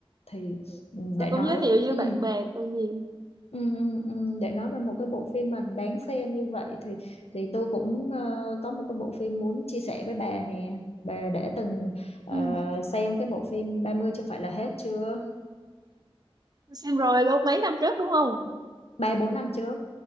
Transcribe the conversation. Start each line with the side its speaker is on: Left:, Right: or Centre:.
Left: thì ừ,
Right: tôi
Left: để
Right: cũng
Left: nói
Right: giới thiệu với
Left: ừ,
Right: bạn bè tôi nhiều
Left: ừ, ừ, ừ, để nói về một cái bộ phim mà đáng xem như vậy thì thì tôi cũng ờ, có một cái bộ phim muốn chia sẻ với bà nè bà đã từng ờ,
Right: ừ.
Left: xem cái bộ phim 30 chưa phải là hết chưa
Right: tôi xem rồi luôn mấy năm trước đúng không
Left: ba bốn năm chưa